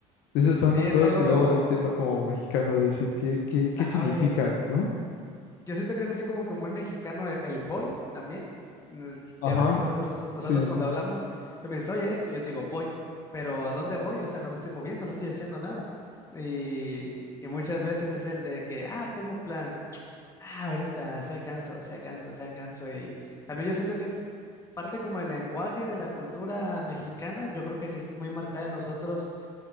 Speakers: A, on the left; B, on the left.
A: esas son
B: Sí,
A: las
B: es
A: cosas
B: algo,
A: que luego no entiendo como mexicano, de decir qué, qué,
B: sabe.
A: qué significan, ¿no?
B: Yo siento que es así como que muy mexicano el, el boy también. Mm,
A: Ajá,
B: Ya ves que con nosotros, nosotros
A: sí, sí,
B: cuando hablamos, tú me dices, oye, esto, yo te digo, voy. Pero ¿a dónde voy? O sea, no me estoy moviendo, no estoy haciendo nada. Y, y muchas veces es el de que, ah, tengo un plan. Ah, ahorita, se canso, se canso, se canso. Y también yo siento que es parte como el lenguaje de la cultura mexicana. Yo creo que sí es muy marcada en nosotros